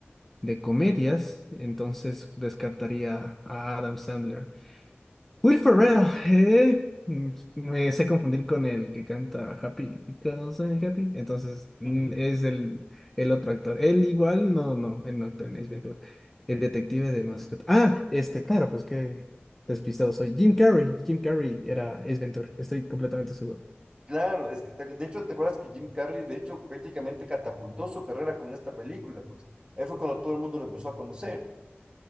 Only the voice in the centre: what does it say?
de comedias, entonces descartaría a Adam Sandler. Will Ferrell, eh, mm, me sé confundir con el que canta Happy Because I'm Happy. Entonces, mm,
es el, el otro actor. Él igual, no, no, él no actúa en Ace Ventura. El detective de mascota. Ah, este, claro, pues que despistado soy. Jim Carrey, Jim Carrey era Ace Ventura, estoy completamente seguro.